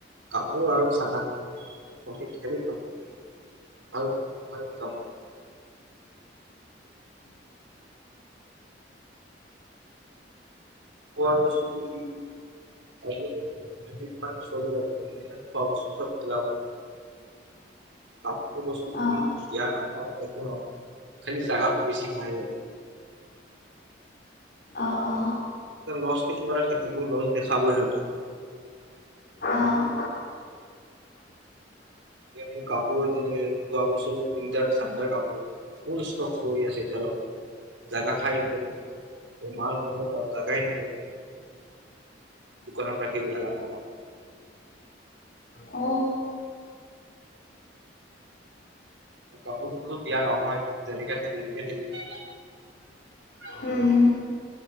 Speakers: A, on the right (about 85°); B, on the left (about 50°).
A: কাপোৰ আৰু খানাত প্ৰফিট সেনেকুৱা ভাল ভাল ইনকাম হয় <unintelligible> খোৱা বস্তুটো কি এদিন দুদিনমান চলি যাব তিন দিনত খোৱা বস্তু চব <inaudible> কাপোৰ বস্তুটো
B: অ',
A: কি দয়া নহয় খালি জোগাটো বেছি খাই সিহঁতে
B: অ অ
A: লষ্ট কিবা এটা থাকিব লষ্ট দেখাবই সিহঁতে
B: অ',
A: মোৰ কাপোৰ তেনেকে যোৱা বছো উইন্টাৰ থানণ্ডাৰ কাপোৰ ফুল ষ্টক হৈ আছে এতিয়ালকে জাগা খাইিল মাল থব নোৱাৰো জগাই দোকানত ৰাখিব লাগাৰ
B: অ',
A: কাপোৰ কো বিয়া নহয় হয় তেনেকে থাকিল তেনেকে থাকিল
B: উম,